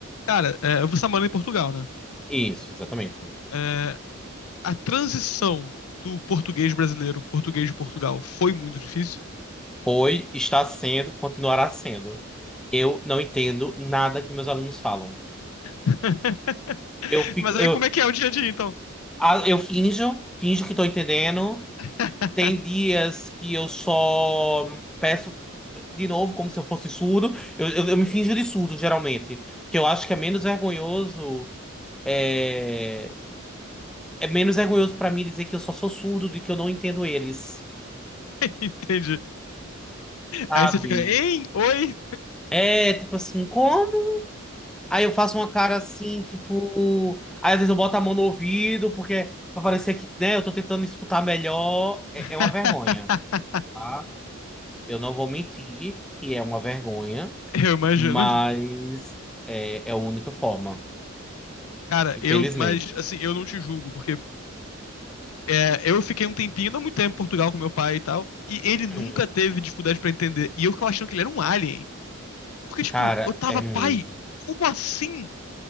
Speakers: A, on the left; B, in the centre.
A: Cara, é, eu você morando em Portugal, né?
B: Isso, exatamente.
A: É, a transição do português brasileiro, português de Portugal, foi muito difícil.
B: Foi, está sendo, continuará sendo. Eu não entendo nada que meus alunos falam.
A: <laughs>
B: Eu fico,
A: Mas aí
B: eu,
A: como é que é o dia a dia, então?
B: ah, eu finjo, finjo que estou entendendo.
A: <laughs>
B: Tem dias que eu só peço de novo, como se eu fosse surdo. Eu, eu, eu me finjo de surdo, geralmente. Porque eu acho que é menos vergonhoso. É, é menos vergonhoso para mim dizer que eu só sou surdo do que eu não entendo eles,
A: Entendi.
B: sabe?
A: Aí você fica, hein? Oi?
B: É tipo assim, como? Aí eu faço uma cara assim, tipo. Aí às vezes eu boto a mão no ouvido, porque pra parecer que, né, eu tô tentando escutar melhor. É,
A: <laughs>
B: é uma vergonha, tá? Eu não vou mentir que é uma vergonha,
A: Eu imagino.
B: mas é, é a única forma,
A: Cara,
B: infelizmente.
A: eu, mas assim, eu não te julgo, porque é, eu fiquei um tempinho, não muito tempo em Portugal com meu pai e tal, e ele nunca
B: Hum.
A: teve dificuldade pra entender. E eu ficava achando que ele era um alien. Porque, tipo,
B: Cara,
A: eu tava,
B: é muito.
A: pai, como assim?